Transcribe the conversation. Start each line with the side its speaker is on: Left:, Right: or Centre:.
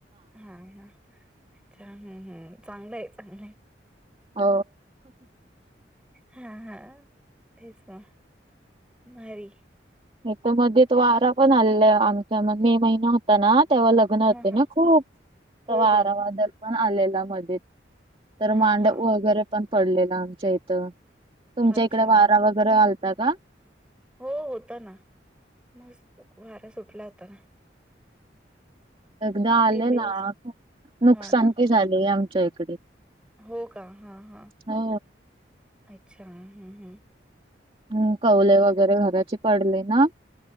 Centre: हा हा अच्छा हम्् चांगलं आहे चांगलंय
Right: अ
Centre: हा हा तेच माारी
Right: इथ मध्येेत वारा पण आलाय आमच्या मग मे महिना होता ना तेव्हा लग्न होते
Centre: हां,
Right: ना
Centre: हां.
Right: खूप
Centre: हो,
Right: वारा
Centre: हो.
Right: वादल पण आलेला मध्ये तर
Centre: हां,
Right: मांड
Centre: हां.
Right: वगैरे पण पडलेलं आमच्या इथं तुमच्या
Centre: अच्छा.
Right: इकडे वारा वगैरे घालता का
Centre: हो होता ना मस्त वारा सुटला होता ना
Right: एकदा आलेला
Centre: दिवस.
Right: नुकसान
Centre: हां ना?
Right: क झाले आमच्या इकडे
Centre: हो का हा हा
Right: हो
Centre: अच्छा हम् हम्म
Right: हम् कवले वगैरे घराची पडले ना